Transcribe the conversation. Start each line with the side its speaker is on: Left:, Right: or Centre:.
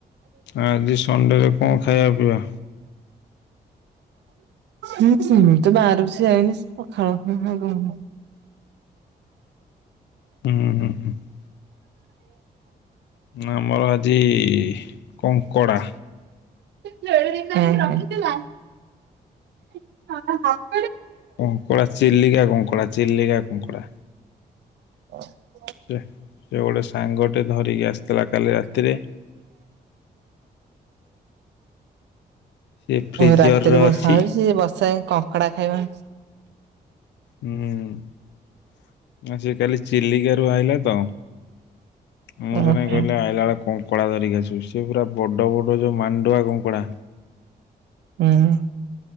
Left: ଆଜି ସଣ୍ଡେରେ କଣ ଖାଇବା ପିଇବା?
Right: <unintelligible>
Left: ହୁଁ ହୁଁ ହୁଁ ଆମର ଆଜି କଙ୍କଡ଼ା।
Right: <unintelligible> ରଖିଥିଲା <unintelligible>
Left: କଙ୍କଡ଼ା ଚିଲିିକା କଙ୍କଡ଼ା ଚିଲିକା କଙ୍କଡ଼ା।
Right: <unintelligible>
Left: ସେ ଗୋଟେ ସାଙ୍ଗଟେ ଧରିକି ଆସିଥିଲା କାଲି ରାତିରେ। ସେ ଫ୍ରିଜରରେ
Right: ରାତିରେ ବର୍ଷା
Left: ଅଛି।
Right: ହଉଛି ବର୍ଷା ରେ କଙ୍କଡା ଖାଇବା
Left: ହୁଁ ଆଜି କାଲି ଚିଲିକା ରୁ ଆଇଲା ତ। ମୁଁ
Right: ଓହୋ
Left: ସେନା
Right: ହୁଁ
Left: କହିଲେ ଆଇଲା ବେଳେ କଙ୍କଡ଼ା ଧରିକି ଆସିବୁ ସିଏ ପୁରା ବଡ଼ ବଡ଼ ଯୋଉ ମାଣ୍ଡୁଆ କଙ୍କଡ଼ା।
Right: ହୁଁ